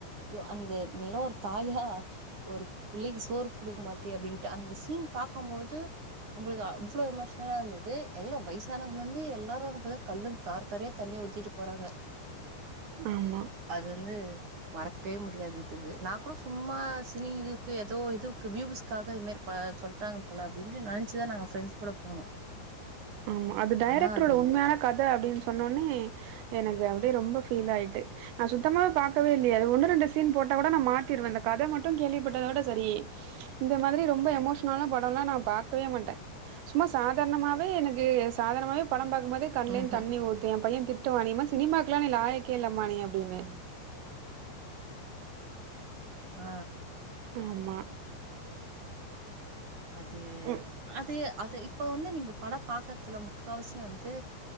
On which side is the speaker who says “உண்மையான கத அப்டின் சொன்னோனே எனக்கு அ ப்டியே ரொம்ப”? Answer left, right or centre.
Right